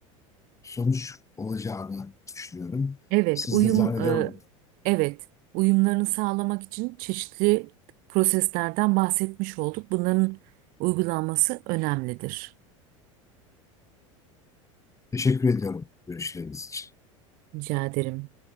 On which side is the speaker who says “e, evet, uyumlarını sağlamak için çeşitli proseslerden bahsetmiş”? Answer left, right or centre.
Right